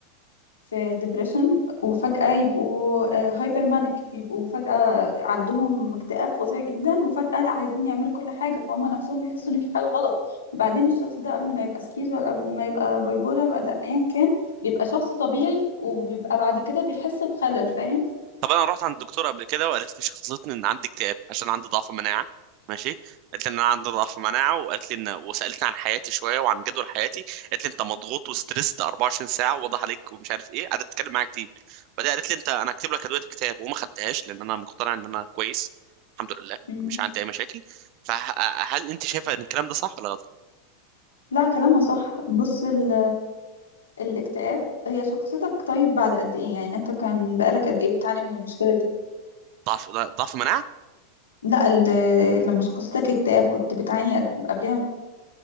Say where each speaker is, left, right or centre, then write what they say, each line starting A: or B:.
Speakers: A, on the left; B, on the right.
A: في ديبريشن وفجأة يبقوا هايبر مانيك بيبقوا فجأة عندهم اكتئاب فظيع جدا وفجأة لا عايزين يعملوا كل حاجة فهم نفسهم بيحسوا ان في حاجة غلط بعدين الشخص ده قبل ما يبقى سكيز ولا قبل ما يبقى بايبولر ولا ايا كان بيبقى شخص طبيعي وبيبقى بعد كده بيحس بخلل فاهم
B: طب انا رحت عند الدكتور قبل كده وقالت لي شخصتني ان عندي اكتئاب عشان عندي ضعف مناعه ماشي قالت لي ان انا عندي ضعف مناعه وقالت لي ان وسالتني عن حياتي شويه وعن جدول حياتي قالت لي انت مضغوط وستريسد 24 ساعه واضح عليك ومش عارف ايه قعدت تتكلم معايا كتير بعدين قالت لي انت انا هكتب لك ادويه اكتئاب وما خدتهاش لان انا مقتنع ان انا كويس الحمد لله
A: مم.
B: مش عندي اي مشاكل فهل انت شايفه ان الكلام ده صح ولا غلط
A: لا كلامها صح بص ال- الاكتئاب هي شخصيتك طيب بعد قد ايه يعني انت كان بقالك قد ايه بتعاني من المشكلة دي
B: ضعف ضعف مناعه
A: لا ال- لما شخصيتك اكتئاب كنت بتعاني قد- قبلها